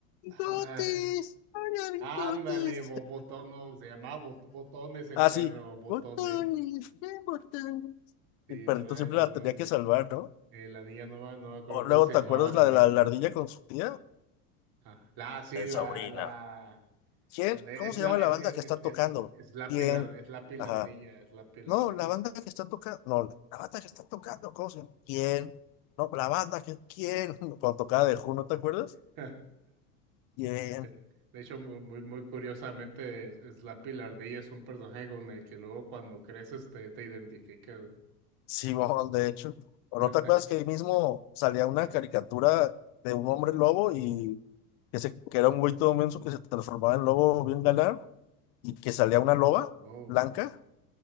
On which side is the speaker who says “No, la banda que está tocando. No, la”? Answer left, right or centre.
Left